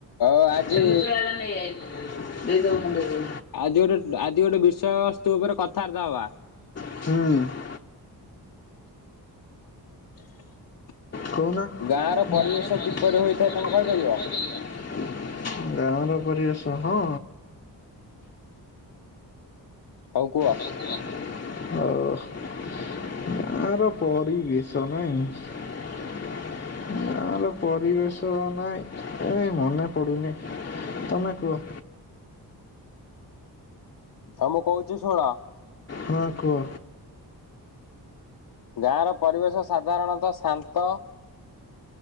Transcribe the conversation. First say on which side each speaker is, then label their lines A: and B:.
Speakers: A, on the left; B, on the left.
A: ଆଉ ଆଜି
B: ସେଇ ମୁଦ୍ରା ନେଇ ଆଇଲି ଦେଇଦବୁ
A: ଆଜି ଗୋଟେ ଆଜି ଗୋଟେ ବିଷୟବସ୍ତୁ ଉପରେ କଥାବାର୍ତ୍ତା ହବା।
B: ହୁଁ।
A: <inaudible>
B: କହୁନ?
A: ଗାଁର
B: <unintelligible>
A: ପରିବେଶ କିପରି ହୋଇଥାଏ ତମେ କହିପାରିବ?
B: ଗାଁ ର ପରିବେଶ, ହଁ।
A: ହଉ କୁହ?
B: <unintelligible> ଗାଁର ପରିବେଶ ନାଇଁ। <unintelligible> ପରିବେଶ ତ ନାଇଁ, ଏ ମନେ ପଡୁନି ତମେ କୁହ?
A: ହ ମୁଁ କହୁଛି ଶୁଣ।
B: ହଁ କୁହ?
A: ଗାଁ ର ପରିବେଶ ସାଧାରଣତଃ ଶାନ୍ତ।